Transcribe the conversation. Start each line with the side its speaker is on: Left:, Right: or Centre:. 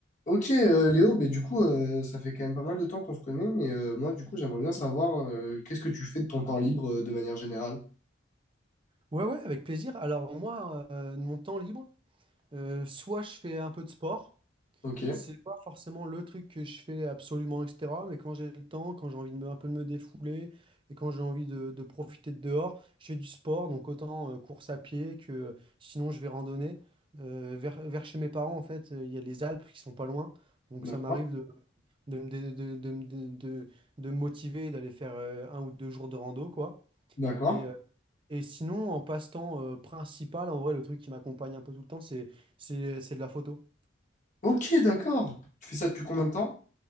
Left: Ok, euh, Léo, ben du coup, euh, ça fait quand même pas mal de temps qu'on se connaît, mais euh, moi, du coup, j'aimerais bien savoir euh, qu'est-ce que tu fais de ton temps libre euh, de manière générale.
Right: Ouais, ouais, avec plaisir. Alors moi, euh, de mon temps libre, euh, soit je fais un peu de sport,
Left: Ok,
Right: c'est pas forcément le truc que je fais absolument, etc. Mais quand j'ai le temps, quand j'ai envie de me, un peu de me défouler et quand j'ai envie de, de profiter de dehors, je fais du sport, donc autant euh, course à pied que sinon je vais randonner. Euh, vers, vers chez mes parents, en fait, euh, il y a les Alpes qui sont pas loin, donc
Left: d'accord,
Right: ça m'arrive de, de, me dé- de, de, de- de- de me motiver et d'aller faire euh, un ou deux jours de rando, quoi.
Left: d'accord.
Right: Et, euh, et sinon, en passe-temps euh, principal, en vrai, le truc qui m'accompagne un peu tout le temps, c'est c'est- c'est de la photo.
Left: Ok, d'accord. Tu fais ça depuis combien de temps?